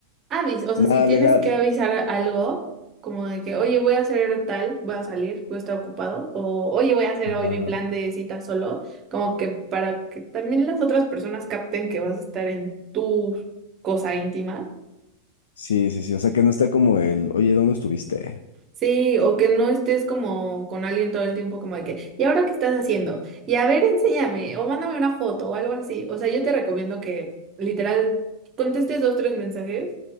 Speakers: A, on the right; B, on the left.
A: avis, o sea,
B: Nada
A: si tienes
B: legal.
A: que avisar algo, como de que, oye, voy a hacer tal, voy a salir, voy a estar ocupado, o oye, voy a hacer
B: Ajá.
A: hoy mi plan de cita solo, como que para que también las otras personas capten que vas a estar en tu cosa íntima
B: Sí, sí, sí, o sea, que no está como el, oye, ¿dónde estuviste?
A: Sí, o que no estés como con alguien todo el tiempo como de que, ¿y ahora qué estás haciendo? Y a ver, enséñame, o mándame una foto o algo así. O sea, yo te recomiendo que literal contestes dos, tres mensajes,